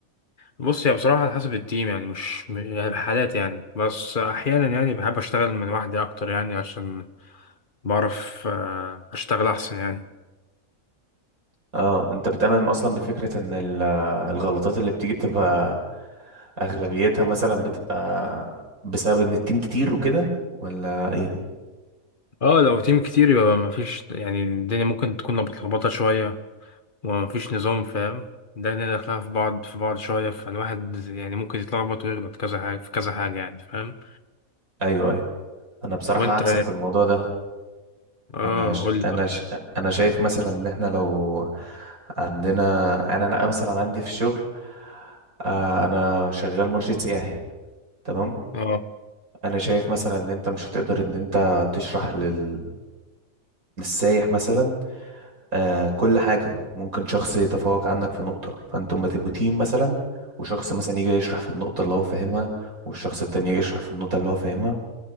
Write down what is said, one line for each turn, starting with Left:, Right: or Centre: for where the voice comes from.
Left: بص هي بصراحه على حسب التيم يعني مش يعني حالات يعني بس احيانا يعني بحب اشتغل من لوحدي اكتر يعني عشان بعرف آه، اشتغل احسن يعني
Right: اه انت بتامن اصلا بفكره ان ال- الغلطات اللي بتيجي بتبقى اغلبيتها مثلا بتبقى بسبب ان التيم كتير وكده ولا ايه
Left: اه لو تيم كتير يبقى ما فيش يعني الدنيا ممكن تكون متلخبطه شويه ومفيش نظام فاهم ده اللي داخلها في بعض في بعض شوية فالواحد يعني ممكن يتلخبط ويغلط كذا حاجة في كذا حاجة يعني فاهم
Right: ايوه ايوه انا بصراحه
Left: وانت
Right: عكسك في الموضوع ده
Left: اه
Right: انا ش...
Left: قول لي
Right: انا
Left: بقى
Right: ش... انا شايف مثلا ان احنا لو عندنا انا انا مثلا عندي في الشغل آه، انا شغال مرشد سياحي تمام
Left: اه
Right: انا شايف مثلا ان انت مش هتقدر ان انت تشرح لل... السايح مثلا آه كل حاجة ممكن شخص يتفوق عنك في نقطة فانتوا ما تبقوا تيم مثلا وشخص مثلا يجي يشرح في النقطة اللي هو فاهمها والشخص التاني يجي يشرح في النقطة اللي هو فاهمها